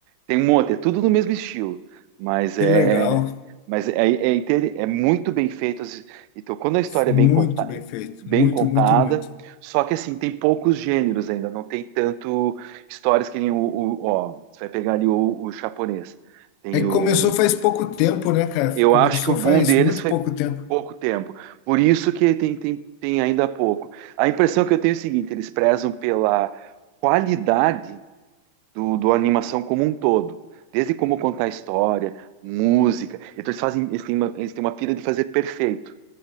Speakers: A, on the right; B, on the left.
A: Tem um monte, é tudo do mesmo estilo, mas
B: que
A: é,
B: legal.
A: mas é, é, inter- é muito bem feito. as- Então, quando a história
B: Muito
A: é bem contada,
B: bem feito.
A: bem
B: Muito,
A: contada,
B: muito, muito.
A: só que assim, tem poucos gêneros ainda, não tem tanto histórias que nem o, o- ó, você vai pegar ali o, o japonês. Tem
B: É que
A: o,
B: começou faz pouco tempo, né, cara?
A: eu
B: Começou
A: acho que o boom
B: faz
A: deles
B: muito
A: foi
B: pouco tempo.
A: pouco tempo, por isso que tem, tem, tem ainda pouco. A impressão que eu tenho é o seguinte, eles prezam pela qualidade do, do animação como um todo. Desde como contar história, música. Então eles fazem, eles têm uma, eles têm uma pira de fazer perfeito.